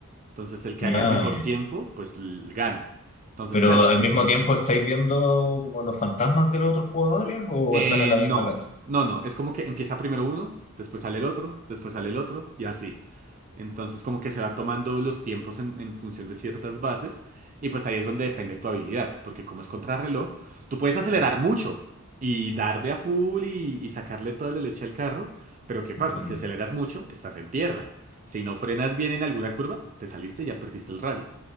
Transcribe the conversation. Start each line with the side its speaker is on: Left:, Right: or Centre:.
Right: Entonces el que
Left: Ya,
Right: haga el mejor
Left: ya.
Right: tiempo, pues l- gana. Entonces,
Left: Pero
Right: claro,
Left: al mismo tiempo estáis viendo como los fantasmas de los otros jugadores o
Right: Eh,
Left: están en la
Right: no,
Left: misma cancha.
Right: no, no. Es como que empieza primero uno, después sale el otro, después sale el otro y así. Entonces como que se va tomando los tiempos en, en función de ciertas bases y pues ahí es donde depende tu habilidad, porque como es contrarreloj, tú puedes acelerar
Left: Mm,
Right: mucho y darle a full y, y sacarle toda la leche al carro, pero ¿qué pasa?
Left: entiendo.
Right: Si aceleras mucho, estás en tierra. Si no frenas bien en alguna curva, te saliste y ya perdiste el rally.